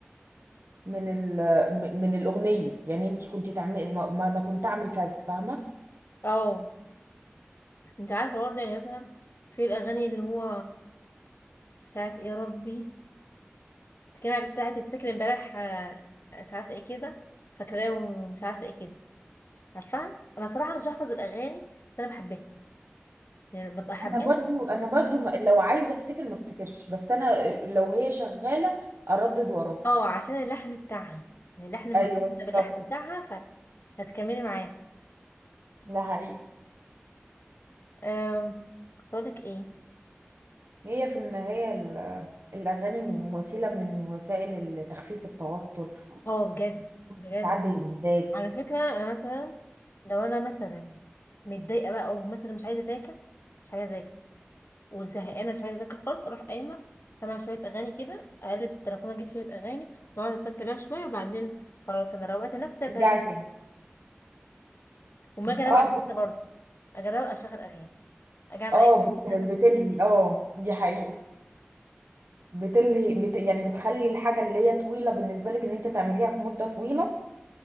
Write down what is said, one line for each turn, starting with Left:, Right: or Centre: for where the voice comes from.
Right: من ال م- من الأغنية يعني انت كنت تعملي ما ما انا كنت اعمل كذا فاهمة
Left: اه انت عارفة برضه يعني مثلا في الأغاني اللي هو بتاعت إيه يا ربي كان بتاعت تفتكر امبارح آه، مش عارفة ايه كده فاكراه ومش عارفة ايه كده عارفاها أنا صراحة مش بحفظ الأغاني بس أنا بحبها يعني ببقى حباها
Right: انا برضو
Left: مش
Right: انا
Left: حافظها
Right: برضو ما- لو عايزة افتكر ما افتكرش بس انا لو هي شغالة اردد وراها
Left: اه عشان اللحن بتاعها يعني اللحن
Right: ايوه
Left: مرتبطة باللحن
Right: بالظبط كده.
Left: بتاعها ف... هتكملي معاها
Right: ده حقيقي
Left: أم... كنت أقولك ايه
Right: هي في النهاية ال- الاغاني وسيلة من وسائل تخفيف التوتر
Left: اه بجد بجد
Right: بتعدل المزاج
Left: على فكرة أنا مثلا لو أنا مثلا متضايقة بقى أو مثلا مش عايزة أذاكر مش عايزة أذاكر وزهقانه مش عايزه اذاكر خالص اروح قايمه سامعه شويه اغاني كده اقلب في التليفون اجيب شويه اغاني واقعد استمتع بيها شويه وبعدين خلاص انا روقت نفسي ابدا
Right: ترجعي
Left: أنام.
Right: تاني
Left: وما اجي اروق
Right: اه
Left: على
Right: بت-
Left: نفسي برضه اجي اروق اشغل اغاني اجي اعمل
Right: اه
Left: اي حاجه
Right: بت-
Left: اشغل أغاني.
Right: بتلهي اه دي حقيقة بتلهي بت يعني بتخلي الحاجة اللي هي طويلة بالنسبة لك ان انت تعمليها في مدة طويلة